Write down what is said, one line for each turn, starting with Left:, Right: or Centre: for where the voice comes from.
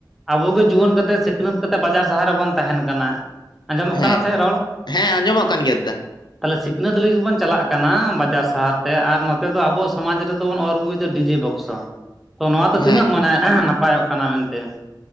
Centre: ᱟᱵᱚᱜᱮ ᱡᱩᱣᱟᱹᱱ ᱠᱟᱛᱮᱜ ᱥᱤᱠᱷᱱᱟᱹᱛ ᱠᱟᱛᱮᱫ ᱵᱟᱡᱟᱨ ᱥᱟᱦᱟᱨ ᱨᱮᱵᱚᱱ ᱛᱟᱦᱮᱱ ᱠᱟᱱᱟ ᱾ ᱟᱡᱚᱢᱚᱜ
Left: ᱦᱮᱸ
Centre: ᱠᱟᱱᱟ ᱥᱮ ᱨᱚᱲ?
Left: ᱦᱮᱸ ᱟᱸᱡᱚᱢᱚᱜ ᱠᱟᱱ ᱜᱮᱭᱟ ᱫᱟ
Centre: ᱛᱟᱦᱚᱞᱮ ᱥᱤᱠᱷᱱᱟᱹᱛ ᱞᱟᱹᱜᱤᱫ ᱵᱚᱱ ᱪᱟᱞᱟᱜ ᱠᱟᱱᱟ ᱵᱟᱡᱟᱨ ᱥᱟᱦᱟᱨ ᱛᱮ ᱟᱨ ᱱᱚᱛᱮ ᱫᱚ ᱟᱵᱚᱣᱟᱜ ᱥᱚᱢᱟᱡᱽ ᱨᱮ ᱨᱮᱫ ᱵᱚᱱ ᱚᱨ ᱟᱹᱜᱩᱭᱮᱫᱟ ᱰᱤᱡᱮ ᱵᱚᱠᱥᱚ ᱛᱚ ᱱᱚᱣᱟ ᱫᱚ
Left: ᱦᱮᱸ
Centre: ᱛᱤᱱᱟᱹᱜ ᱢᱟᱱᱮ ᱱᱟᱯᱟᱭᱚᱜ ᱠᱟᱱᱟ ᱢᱮᱱᱛᱮ?